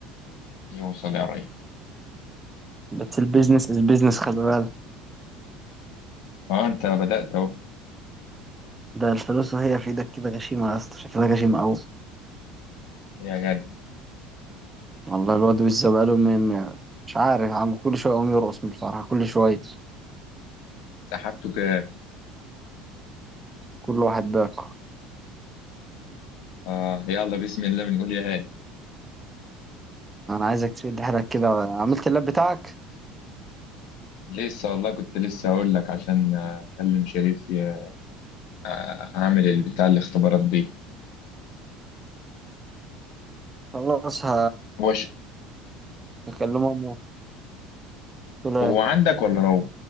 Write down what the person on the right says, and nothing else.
بس البيزنس از بيزنس خلي بالك
ده الفلوس وهي في ايدك كده غشيمة يا اسطى شكلها غشيمة قوي
والله الواد وزة بقاله م- م- مش عارف عم كل شوية يقوم يرقص من الفرحة كل شوية
كل واحد باكو
انا عايزك تشد حيلك كده عملت اللاب بتاعك
خلاص ه
هكلمه امه قلت له
إيه؟